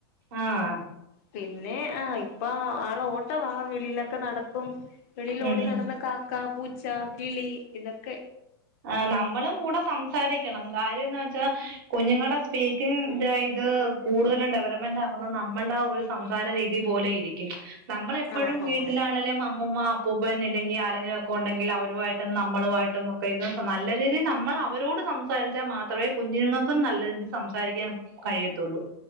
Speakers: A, on the right; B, on the left.
A: ആഹ്
B: പിന്നെ ആ ഇപ്പ ആള് ഓട്ടവാ വെളിലൊക്കെ നട ക്കും വെളിയിലോടി
A: ഉം ഉം
B: നടന്ന് കാക്ക പൂ ച്ച കിളി ഇതക്കെ
A: ആ നമ്മളും കൂടെ സംസാരിക്കണം കാര്യാ- കുഞ്ഞുങ്ങളുടെ സ്പീക്കിംഗഇന്റ ഇത് - കൂടുതലും ഡെവലപ്മെന്റ് ആകുന്ന നമ്മളുടെ ആ ഒരു സംസാര രീതി- പോലെ ഇരിക്കും നമ്മളെപ്പോഴും
B: ആഹ്
A: വീട്ടിലാണെങ്കിലും
B: ആഹ്
A: അമ്മൂമ്മ അപ്പൂപ്പൻ അല്ലെങ്കിൽ ആരെങ്കിലും ഒക്കെ ഉണ്ടെങ്കിൽ അവരുമായിട്ടൊ- നമ്മളുമായിട്ടും പുന്നന്ന സമാനല്ല <unintelligible> രീതി നമ്മൾ അവരോട് സംസാരിച്ചാൽ മാത്രമേ കുഞ്ഞുങ്ങ- നല്ല രീതിയിൽ സംസാരിക്കാൻ കഴിയത്തുള്ളൂ